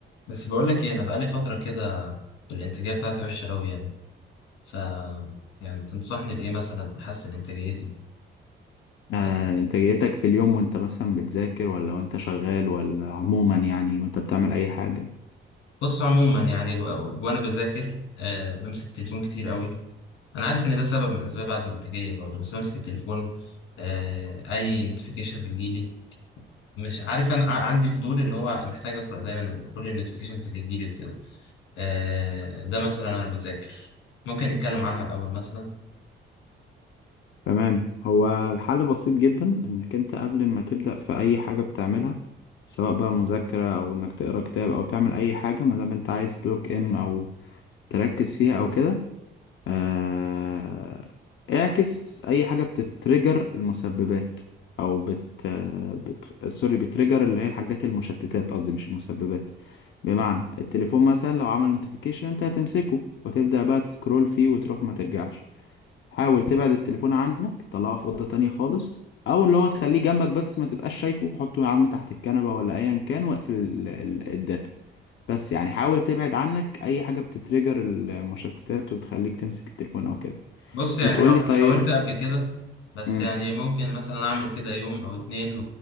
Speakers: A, on the left; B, on the left.
A: بس بقول لك ايه انا بقالي فتره كده الانتاجيه بتاعتي وحشه قوي يعني ف يعني تنصحني بايه مثلا احسن انتاجيتي
B: آه،
A: آه،
B: انتاجيتك في اليوم وانت مثلا بتذاكر ولا وانت شغال ولا عموما يعني وانت بتعمل اي حاجة
A: بص عموما يعني و- وانا بذاكر آه، بمسك التليفون كتير قوي انا عارف ان ده سبب من اسباب عدم الانتاجيه برضه بس بمسك التليفون آه، اي نوتيفيكيشن بتجيلي مش عارف انا ع- عندي فضول اللي هو محتاج اقرا دايما كل النوتيفيكيشنز اللي تجيلي وكده آه، ده مثلا انا بذاكر ممكن نتكلم عنها الاول مثلا
B: تمام هو الحل بسيط جدا انك انت قبل ما تبدأ في اي حاجة بتعملها سواء بقى مذاكرة او انك تقرا كتاب او تعمل اي حاجة ما دام انت عايز تلوك ان او تركز فيها او كده آه، اعكس اي حاجه بتتريجر المسببات او بت... بت... سوري بتريجر اللي هي الحاجات المشتتات قصدي مش المسببات بمعنى التليفون مثلا لو عمل نوتيفيكيشن انت هتمسكه وتبدا بقى تسكرول فيه وتروح ما ترجعش حاول تبعد التليفون عنك طلعه في اوضه تانية خالص او اللي هو تخليه جنبك بس ما تبقاش شايفه حطه يا عم تحت الكنبه ولا ايا كان واقفل ال- ال- الداتا بس يعني حاول تبعد عنك اي حاجه بتتريجر المشتتات وبتخليك تمسك التليفون او كده
A: بص يعني
B: هتقولي
A: حا-
B: طيب
A: حاولت قبل كده بس
B: امم
A: يعني ممكن مثلا اعمل كده يوم او اتنين